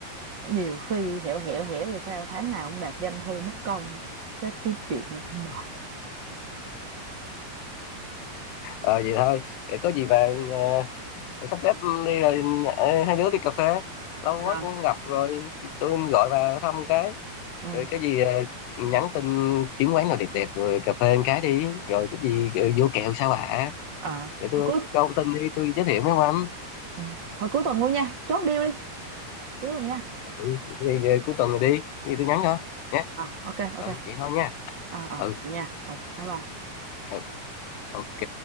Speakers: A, on the right (about 30°); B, on the left (about 80°).
A: nhiều khi hẻo hẻo hẻo rồi sao tháng nào ông đạt doanh thu mất công sếp kiếm chuyện nó cũng mệt
B: ờ vậy thôi Để có gì bà ờ, Rồi sắp xếp đi rồi ờ, hai đứa đi cà phê lâu
A: à,
B: quá cũng không gặp rồi tôi gọi bà thăm cái
A: ừ,
B: rồi cái gì ờ, nhắn tin kiếm quán nào đẹp đẹp rồi cà phê một cái đi rồi cái gì ờ, vô kẹo sao bà
A: ờ
B: để tôi
A: hồi cuối
B: có thông tin đi tôi giới thiệu mấy ông anh
A: ừ, hồi cuối tuần luôn nha chốt deal đi cuối tuần nha
B: ừ thì, ờ, cuối tuần này đi thì tôi
A: Ờ,
B: nhắn cho nhé
A: ờ, ok ok
B: ừ vậy thôi nha
A: Ờ, ờ,
B: ừ,
A: vậy nha ừ, bye bye
B: ừ ok